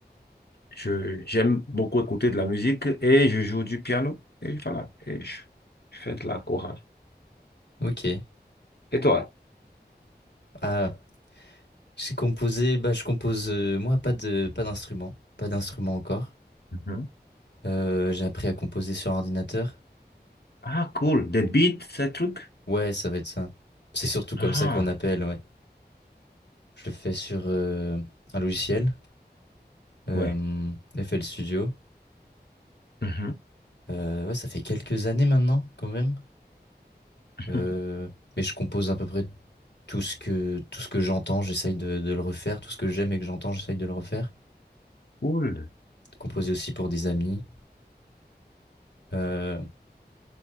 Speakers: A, on the left; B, on the left.
A: je, j'aime beaucoup écouter de la musique et je joue du piano. Et voilà, et je, je fais de la chorale.
B: ok.
A: Et toi?
B: Ah, j'ai composé, bah je compose euh, moi pas de pas d'instrument, pas d'instrument encore.
A: Mhm.
B: Euh, j'ai appris à composer sur ordinateur.
A: Ah, cool. Des beats, ces trucs?
B: Ouais, ça va être ça. C'est surtout
A: Ah,
B: comme ça qu'on appelle, ouais. Je le fais sur euh, un logiciel, euh,
A: ouais.
B: FL Studio.
A: Mhm.
B: Euh, ouais, ça fait quelques années maintenant, quand même.
A: <laughs>
B: Euh, mais je compose à peu près tout ce que, tout ce que j'entends, j'essaye de, de le refaire. Tout ce que j'aime et que j'entends, j'essaye de le refaire.
A: Cool.
B: Composer aussi pour des amis. Euh,